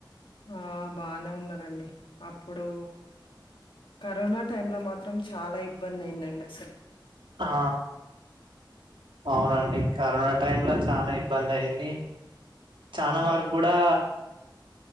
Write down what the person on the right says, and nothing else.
ఆ అవునండి కరోనా టైమ్ లో చానా ఇబ్బంది అయింది. చానా వారకు
కూడా